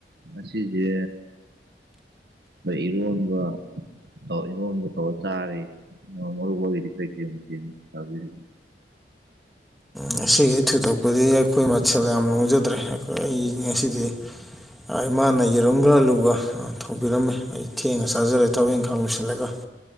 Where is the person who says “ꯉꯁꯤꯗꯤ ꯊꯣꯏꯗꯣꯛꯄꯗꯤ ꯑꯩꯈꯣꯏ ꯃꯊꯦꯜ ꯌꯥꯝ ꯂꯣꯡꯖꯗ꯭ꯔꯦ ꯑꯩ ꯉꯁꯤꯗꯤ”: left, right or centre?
Centre